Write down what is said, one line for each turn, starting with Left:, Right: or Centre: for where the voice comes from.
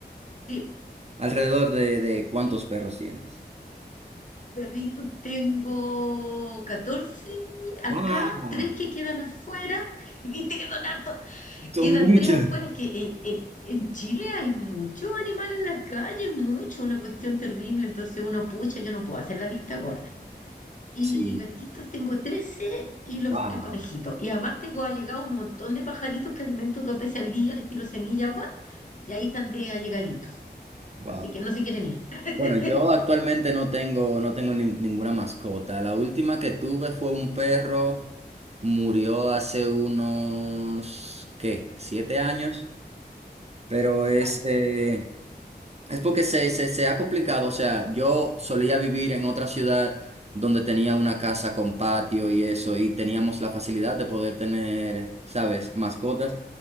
Left: Sí,
Right: ¿Alrededor de, de cuántos
Left: y
Right: perros tienes?
Left: perritos tengo 14. acá,
Right: ¡Wow!
Left: tres que quedan afuera. <laughs> Y viste que son hartos,
Right: Son
Left: quedan
Right: muchos
Left: tres afuera. Es que en, en- en Chile hay muchos animales en la calle, mucho, una cuestión terrible. Entonces uno pucha, yo no puedo hacer la vista gorda. Y
Right: Sí,
Left: gatitos tengo 13 y los
Right: wow,
Left: tres conejitos. Y además tengo allegado un montón de pajaritos que alimento dos veces al día, les tiro semilla, agua, y ahí están de allegaditos.
Right: wow.
Left: Así que no se quieren ir. <laughs>
Right: Bueno, yo actualmente no tengo, no tengo ni- ninguna mascota. La última que tuve fue un perro, murió hace unos, ¿qué? Siete años, pero es,
Left: Harto.
Right: eh, Es porque se, se, se ha complicado, o sea, yo solía vivir en otra ciudad donde tenía una casa con patio y eso, y teníamos la facilidad de poder tener, ¿sabes?, mascotas